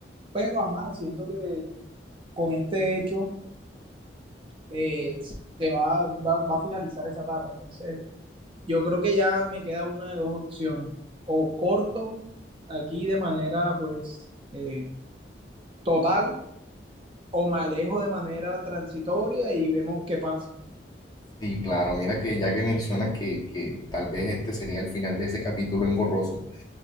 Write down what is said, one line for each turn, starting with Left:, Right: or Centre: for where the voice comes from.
Right: Pero, ajá, siento que con este hecho eh, se va, va, va a finalizar esa etapa. Entonces, yo creo que ya me queda una de dos opciones. O corto aquí de manera pues eh, total o me alejo de manera transitoria y vemos qué pasa.
Left: Sí, claro, mira que ya que mencionas que, que tal vez este sería el final de ese capítulo engorroso,